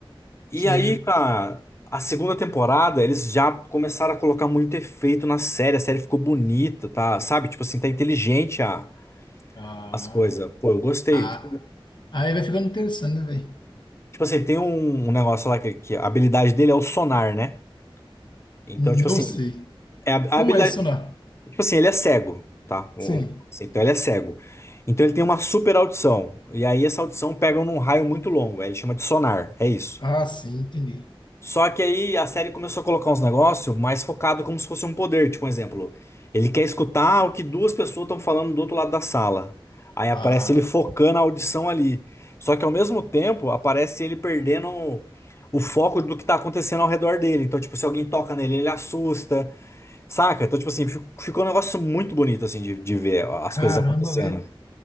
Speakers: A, on the left (about 30°); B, on the left (about 55°).
A: E
B: sei.
A: aí, cara, a segunda temporada, eles já começaram a colocar muito efeito na série. A série ficou bonita, tá? Sabe? Tipo assim, tá inteligente a,
B: Ah,
A: as coisas. Pô, eu gostei.
B: ah, aí vai ficando interessante, né, velho?
A: Tipo assim, tem um, um negócio lá que, que a habilidade dele é o sonar, né? Então,
B: Não
A: tipo assim,
B: sei.
A: é a,
B: Como
A: a habilidade.
B: é isso, sonar?
A: Tipo assim, ele é cego, tá? O-
B: Sim.
A: o- assim, Então ele é cego. Então ele tem uma super audição. E aí essa audição pega num raio muito longo. Aí ele chama de sonar. É isso.
B: Ah, sim, entendi.
A: Só que aí a série começou a colocar uns negócios mais focado como se fosse um poder, tipo um exemplo. Ele quer escutar o que duas pessoas estão falando do outro lado da sala. Aí aparece
B: Ah.
A: ele focando a audição ali. Só que ao mesmo tempo aparece ele perdendo o foco do que tá acontecendo ao redor dele. Então, tipo, se alguém toca nele, ele assusta, saca? Então, tipo assim, fi- ficou um negócio muito bonito assim de, de ver as
B: Caramba,
A: coisas acontecendo.
B: velho.